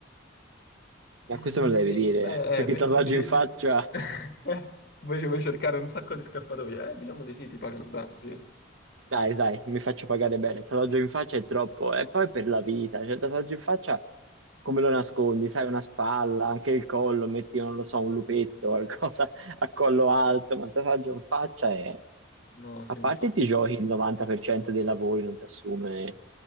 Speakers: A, on the right; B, on the left.
A: Ma
B: Mm,
A: questo me lo devi
B: di-
A: dire,
B: beh,
A: perché
B: eh, questo,
A: il tatuaggio
B: questo di-
A: in faccia,
B: di- <laughs> eh, vuoi, vuoi cercare un sacco di scappatoie? Eh, diciamo di sì, ti pagano bene, sì.
A: dai, dai, mi faccio pagare bene. Il tatuaggio in faccia è troppo, e poi per la vita, cioè il tatuaggio in faccia come lo nascondi? Sai, una spalla, anche il collo, metti, non lo so, un lupetto, <laughs> qualcosa a collo alto, ma il tatuaggio in faccia è...
B: No, sì,
A: A parte
B: infatti.
A: ti giochi il 90% dei lavori, non ti assume...